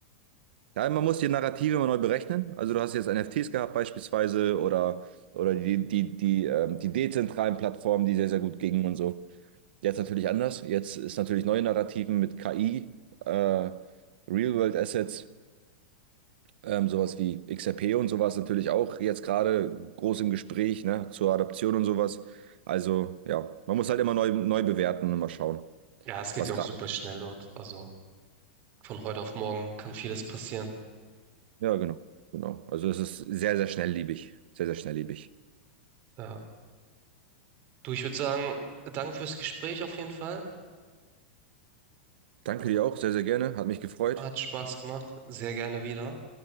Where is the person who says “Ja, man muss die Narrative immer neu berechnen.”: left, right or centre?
Right